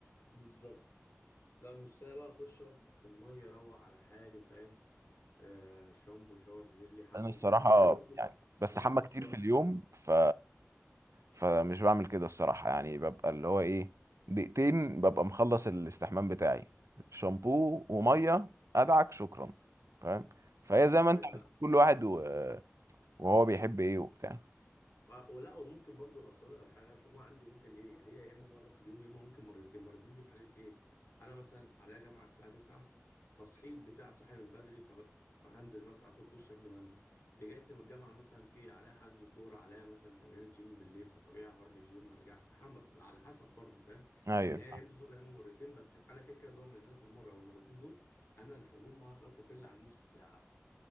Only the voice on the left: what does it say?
بالظبط لا نص ساعه بقى اخش اقف تحت الميه اروق على حالي فاهم آه شامبو شاور جيلي حاجتي
فاهم قاعد برضو
مدي لنفسي
وقت
ايوه
لا
و- ولا وممكن برضو اصل اقول لك على حاجه الحمومه عندي ممكن ايه هي يا اما مره في اليوم يا اما ممكن مرتين مرتين دي في حاله ايه انا مثلا عليا جامعه الساعه 9 فصحيت بتاع صاحي من بدري فهنزل مثلا اخد دش قبل ما انزل رجعت من الجامعه مثلا في عليا حجز كوره عليا مثلا تمرين جيم بالليل فطبيعي هروح الجيم ارجع استحمى بتبقى على حسب برضو فاهم
يعني هي يا اما مره يا اما مرتين بس انا كده كده ضامن ان انا في المره او المرتين دول انا الحمومه لا تقل عن نص ساعه